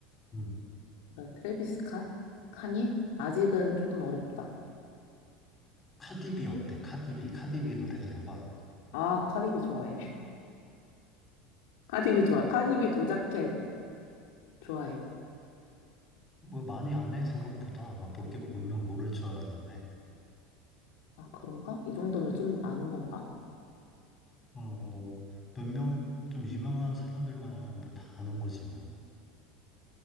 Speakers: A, on the left; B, on the left.
A: 음.
B: 나 트래비스 캇? 카니? 아직은 조금 어렵다.
A: 카디비 어때? 카디비, 카디비 노래 들어봐.
B: 아, 카디비 좋아해. <laughs> 카디비 좋아. 카디비 도자켓 좋아해.
A: 뭐 많이 안 해, 생각보다. 막 몇 개, 몇 명 모를 줄 알았는데.
B: 아, 그런가? 이 정도면 좀 아는 건가?
A: 음, 뭐, 몇 명 좀 유명한 사람들만 하면 뭐 다 아는 거지, 뭐.